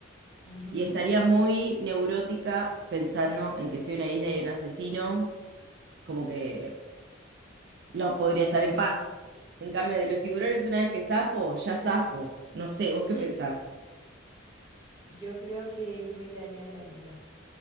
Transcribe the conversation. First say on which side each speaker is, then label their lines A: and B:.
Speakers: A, on the right; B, on the right.
A: Ujú,
B: y estaría muy neurótica pensando en que estoy en una isla y hay un asesino, como que no
A: ujú.
B: podría estar en paz. En cambio, de los tiburones, una vez que zafo, ya zafo. No sé, ¿vos
A: <laughs>
B: qué pensás?
A: Yo creo que yo me quedaría en la isla.